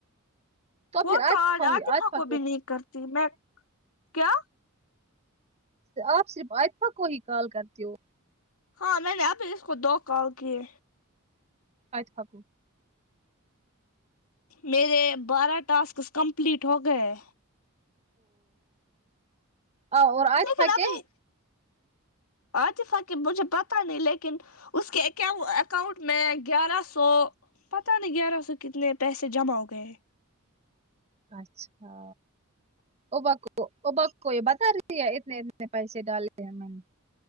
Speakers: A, on the left (about 90°); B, on the right (about 30°).
A: وہ
B: پھر
A: تو
B: آجفا
A: آج
B: ہوئی
A: عاطفہ
B: آجفا
A: کو بھی نہیں کرتی میں کیا
B: آپ صرف آتفہ کو ہی کال کرتے ہو
A: ہاں میں نے ابھی اس کو دو کال کیے
B: اچھا
A: میرے بارہ ٹاسکس کمپلیٹ ہو گئے
B: آ اور عاطفہ
A: لیکن ابھی
B: کے
A: عاطفہ کہ مجھے پتہ نہیں لیکن اس کے اک اکاؤنٹ میں گیارہ سو پتاہ نہیں گیارہ سو کتنے پیسے جمع ہو گئے
B: اچھا او ابک کو یہ بتا رہی ہے اتنے اتنے پیسے ڈالے ہیں میں نے